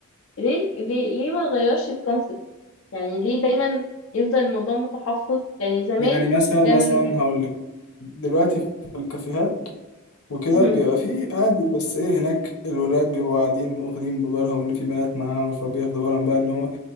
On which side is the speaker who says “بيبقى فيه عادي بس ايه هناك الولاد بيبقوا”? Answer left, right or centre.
Left